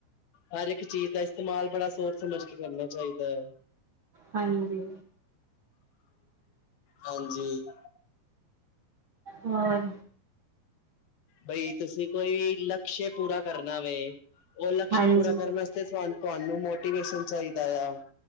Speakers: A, on the left; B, on the right.
A: ਹਰ ਇੱਕ ਚੀਜ਼ ਦਾ ਇਸਤੇਮਾਲ ਬੜਾ ਸੋਚ- ਸਮਝ ਕੇ ਕਰਨਾ ਚਾਹੀਦਾ ਹੈ।
B: ਹਾਂਜੀ।
A: ਹਾਂਜੀ। <inaudible>
B: ਹੋਰ
A: ਬਈ ਤੁਸੀਂ ਕੋਈ ਵੀ ਲਕਸ਼ੇ ਪੂਰਾ ਕਰਨਾ ਵੇ, ਉਹ ਲਕਸ਼
B: ਹਾਂਜੀ
A: ਪੂਰਾ ਕਰਨ ਵਾਸਤੇ ਸਾ ਤੁਹਾਨੂੰ ਮੋਟੀਵੇਸ਼ਨ ਚਾਹੀਦਾ ਐ।